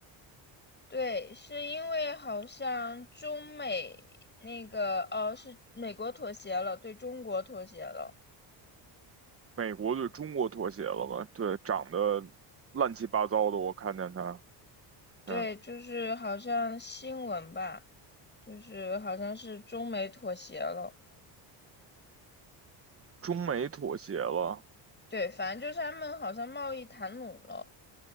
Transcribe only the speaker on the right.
美国对中国妥协了吧？对，涨得乱七八糟的，我看见它，
嗯，
中美妥协了